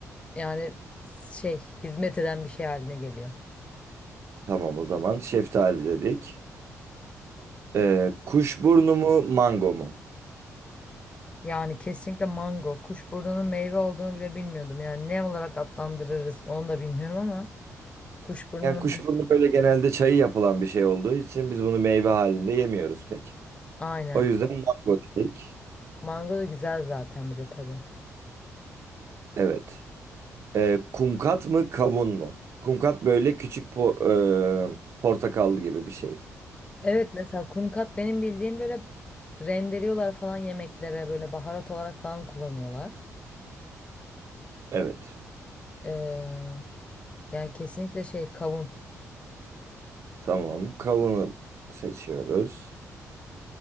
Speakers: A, on the left; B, on the right.
A: yani şey hizmet eden bir şey haline geliyor.
B: Tamam o zaman şeftali dedik. Ee, kuşburnu mu mango mu?
A: Yani kesinlikle mango. Kuşburnunun meyve olduğunu bile bilmiyordum. Yani ne olarak adlandırırız onu da bilmiyorum ama kuşburnunun
B: Yani kuşburnu
A: hani
B: böyle genelde çayı yapılan bir şey olduğu için biz bunu meyve halinde yemiyoruz pek.
A: aynen.
B: O yüzden mango dedik.
A: Mango da güzel zaten bir de tadı.
B: Evet. Ee, kumkat mı kavun mu? Kumkat böyle küçük po- e, portakal gibi bir şey.
A: Evet mesela kumkat benim bildiğim böyle rendeliyorlar falan yemeklere böyle baharat olarak falan kullanıyorlar.
B: Evet.
A: Ee, yani kesinlikle şey kavun.
B: Tamam. Kavunu seçiyoruz.